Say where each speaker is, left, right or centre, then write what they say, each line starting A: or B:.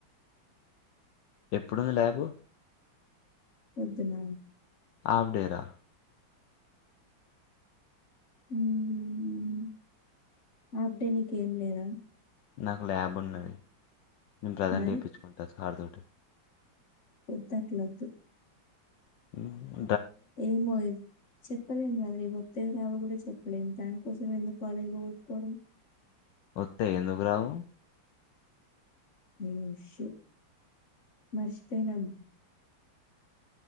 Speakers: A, on the left (about 70°); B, on the left (about 40°).
A: ఎప్పుడుంది ల్యాబు
B: పోద్దునా
A: ఆఫ్డేరా
B: ఉహ్ ఆప్డే నీకేం లేదా
A: నాకు ల్యాబ్ ఉన్నాది. నేను ప్రాజెంట్ఎపిచుకుంటా
B: మరి
A: సార్ తో
B: వద్దట్లొదు
A: ఉహ్
B: ఏం మయల్ చెప్పలేము కద ఇవత్వి రావు కూడా చెప్పలేము దానికోసం ఎందుకు కాలేజీ పోవట్తుకోడం.
A: వత్తేయి ఎందుకు రావు
B: ఓ శ్యాట్ మర్చిపోయినం